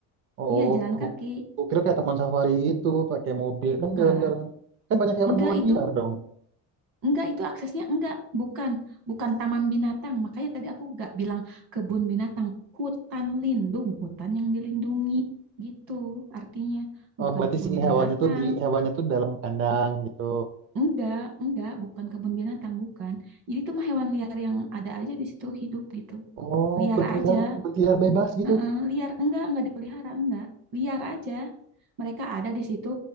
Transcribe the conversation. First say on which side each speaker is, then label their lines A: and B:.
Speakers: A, on the right (about 35°); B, on the right (about 70°).
A: Oh,
B: Iya, jalan
A: aku,
B: kaki.
A: aku kira kayak taman safari itu pakai mobil
B: Enggak,
A: kan jalan-jalan. Kan banyak hewan-hewan
B: enggak itu
A: liar dong.
B: Enggak, itu aksesnya enggak, bukan, bukan taman binatang. Makanya tadi aku enggak bilang kebun binatang, hutan lindung, hutan yang dilindungi gitu. Artinya
A: Oh,
B: bukan
A: berarti
B: kebun
A: si
B: binatang.
A: hewannya tuh di hewannya tuh dalam kandang gitu.
B: Enggak, enggak, bukan kebun binatang, bukan. Jadi itu mah hewan liar yang ada aja di situ hidup gitu.
A: Oh,
B: Liar
A: berkeliaran
B: aja.
A: berkeliaran bebas gitu.
B: Heeh, liar enggak, enggak dipelihara, enggak. Liar aja. Mereka ada di situ,